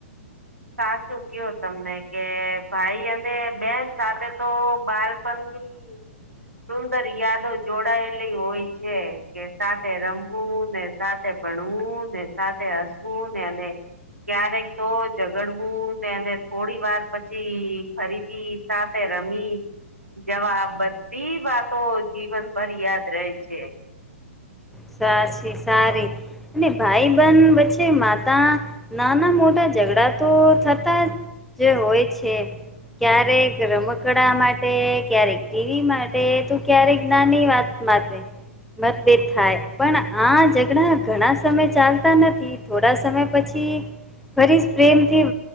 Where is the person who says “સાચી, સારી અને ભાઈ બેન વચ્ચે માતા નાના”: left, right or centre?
Centre